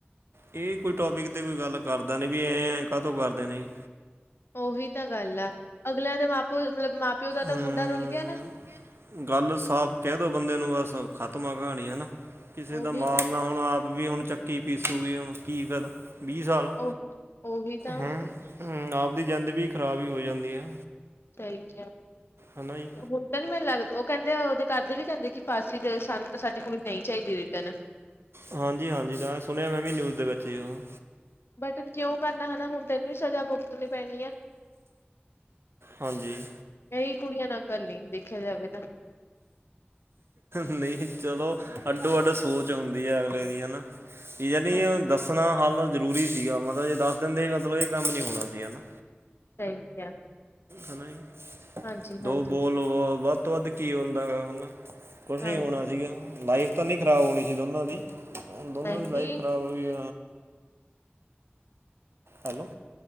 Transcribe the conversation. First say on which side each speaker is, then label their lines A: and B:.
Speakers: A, on the right; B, on the left.
A: ਇਹ ਕੋਈ ਟੋਪਿਕ 'ਤੇ ਕੋਈ ਗੱਲ ਕਰਦਾ ਨਹੀਂ ਵੀ ਐਂ ਐਂ ਕਾਹਦੋਂ ਕਰਦੇ ਨੇ ਜੀ।
B: ਉਹੀ ਤਾਂ ਗੱਲ ਆ, ਅਗਲਿਆਂ ਦੇ ਮਾਂ ਪਿਓ ਮਤਲਬ ਮਾਂ ਪਿਓ ਦਾ ਤਾਂ
A: ਹੂੰ
B: ਮੁੰਡਾ ਰੁਲ ਗਿਆ ਨਾ।
A: ਗੱਲ ਸਾਫ਼ ਕਹਿ ਦੋ ਬੰਦੇ ਨੂੰ ਬਸ, ਖ਼ਤਮ ਆ ਕਹਾਣੀ ਹੈ। ਕਿਸੇ ਦਾ
B: ਉਹੀ
A: ਮਾਰ
B: ਤਾਂ
A: ਨਾ ਹੁਣ, ਆਪ ਵੀ ਹੁਣ ਚੱਕੀ ਪੀਸੂਗੀ ਹੁਣ ਕੀ ਫਾਇਦਾ। ਵੀਹ ਸਾਲ,
B: ਉਹ ਉਹੀ ਤਾਂ
A: ਹ ਆਪਦੀ ਜ਼ਿੰਦ ਵੀ ਖ਼ਰਾਬ ਹੀ ਹੋ ਜਾਂਦੀ ਹੈ।
B: ਸਹੀਕ
A: ਹਨਾ ਜੀ।
B: ਹੁਣ ਤਾਂ ਨੀ ਮੈਨੂੰ ਲੱਗਦਾ, ਉਹ ਕਹਿੰਦੇ ਉਹਦੇ ਘਰਦੇ ਵੀ ਕਹਿੰਦੇ ਕਿ ਫਾਸੀ ਤੇ ਸਾਨੂੰ ਸਾਡੀ ਕੁੜੀ ਨਹੀਂ ਚਾਹੀਦੀ ਰਿਟਰਨ
A: ਹਾਂਜੀ -ਹਾਂਜੀ ਤਾਂ ਸੁਣਿਆ ਮੈਂ ਵੀ ਨਿਊਜ਼ ਦੇ ਵਿੱਚ ਹੀ ਉਹ।
B: ਬਟ ਕਿਉਂ ਕਰਨਾ ਹਨਾ, ਹੁਣ ਤੈਨੂੰ ਵੀ ਸਜ਼ਾ ਬ ਭੁਗਤਣੀ ਪੈਣੀ ਆ
A: ਹਾਂਜੀ
B: ਕਈ ਕੁੜੀਆਂ ਨਕਲ ਨ, ਦੇਖਿਆ ਜਾਵੇ ਤਾਂ।
A: ਨਹੀਂ ਚਲੋ, ਅੱਡੋ ਅੱਡ ਸੋਚ ਹੁੰਦੀ ਹੈ ਅਗਲੇ ਦੀ ਹਨਾ। ਯਾਨੀ
B: ਹਾਂ
A: ਦੱਸਣਾ ਹੱਲ ਜ਼ਰੂਰੀ ਸੀਗਾ ਮਤਲਬ ਜੇ ਦਸ ਦਿੰਦੇ ਦੇ ਮਤਲਬ ਇਹ ਕੰਮ ਨਹੀਂ ਹੋਣਾ ਸੀਗਾ ਨਾ।
B: ਸਹੀ ਕਿਹਾ
A: ਹਨਾ ਜੀ,
B: ਹਾਂਜੀ
A: ਦੋ
B: ਹਾਂਜੀ
A: ਬੋਲ ਵੱਧ ਤੋਂ ਵੱਧ ਕੀ ਹੁੰਦਾ ਹੈਗਾ ਹਨਾ। ਕੁਛ ਨਹੀਂ
B: ਹਾਂਜੀ
A: ਹੋਣਾ ਸੀਗਾ, ਲਾਈਫ ਤਾਂ ਨਹੀਂ ਖ਼ਰਾਬ ਹੋਣੀ ਸੀ ਦੋਨਾਂ ਦੀ। ਅਤੇ, ਦੋਨੋਂ
B: ਨਹੀਂ
A: ਦੀ ਲਾਈਫ ਖਰਾਬ ਹੋਈ। ਹੈਲੋ